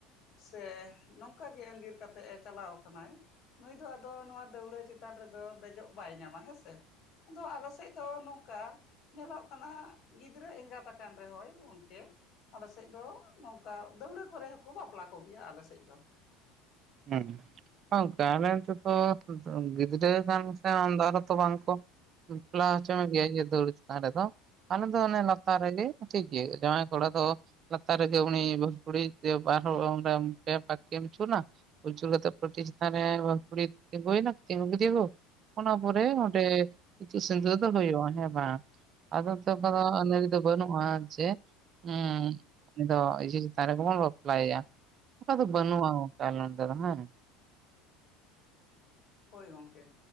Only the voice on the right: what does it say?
ᱦᱩᱸ ᱜᱚᱝᱠᱮ ᱟᱞᱮ ᱮᱱ ᱛᱮ ᱫᱚ ᱫᱚ ᱜᱤᱫᱽᱨᱟᱹ ᱠᱟᱱ ᱥᱮ ᱟᱢ ᱫᱚ ᱟᱨᱦᱚᱸ ᱛᱚ ᱵᱟᱝᱠᱚ ᱵᱟᱯᱞᱟ ᱦᱚᱪᱟ ᱢᱮᱜᱮᱭᱟᱭ ᱤᱭᱟᱹ ᱫᱟᱹᱣᱨᱟᱹ ᱪᱮᱛᱟᱱ ᱨᱮᱫᱚ ᱟᱞᱮ ᱫᱚ ᱚᱱᱮ ᱞᱟᱛᱟ ᱨᱮᱜᱮ ᱴᱷᱤᱠ ᱜᱮ ᱡᱟᱶᱟᱭ ᱠᱚᱲᱟ ᱫᱚ ᱞᱟᱛᱟᱨ ᱨᱮᱜᱮ ᱩᱱᱤ ᱵᱟᱹᱦᱩ ᱠᱩᱲᱤᱭᱤᱡ ᱛᱮ ᱵᱟᱨ ᱦᱚᱲ ᱩᱱ ᱨᱮ ᱯᱮ ᱯᱟᱠ ᱠᱤᱱ ᱟᱪᱩᱨᱱᱟ ᱾ ᱚᱪᱩᱨ ᱠᱟᱛᱮ ᱯᱟᱴᱭᱹᱪᱮᱛᱟᱱ ᱨᱮ ᱵᱟᱹᱦᱩ ᱠᱩᱲᱤ ᱛᱤᱜᱩᱭᱱᱟ ᱪᱮ ᱛᱤᱸᱜᱩ ᱠᱤᱫᱤᱠᱚ ᱚᱱᱟ ᱯᱚᱨᱮ ᱚᱸᱰᱮ ᱤᱛᱩᱫ-ᱥᱤᱸᱫᱩᱨ ᱫᱚ ᱦᱩᱭᱩᱜ-ᱟ ᱦᱮᱸ ᱵᱟᱝ ᱟᱫᱚ ᱛᱚ ᱯᱟᱨᱟ ᱟᱞᱮ ᱥᱮᱫ ᱫᱚ ᱵᱟᱹᱱᱩᱜ-ᱟ ᱪᱮ <unintelligible> ᱩᱱᱤᱫᱚ ᱤᱡᱤ ᱪᱮᱛᱟᱱ ᱨᱮᱜᱮᱵᱚᱱ ᱵᱟᱯᱞᱟᱭᱭᱟ ᱚᱱᱠᱟ ᱫᱚ ᱵᱟᱹᱱᱩᱜ-ᱟ ᱜᱚᱝᱠᱮ ᱟᱞᱚᱱ ᱨᱟᱦᱟᱸᱭ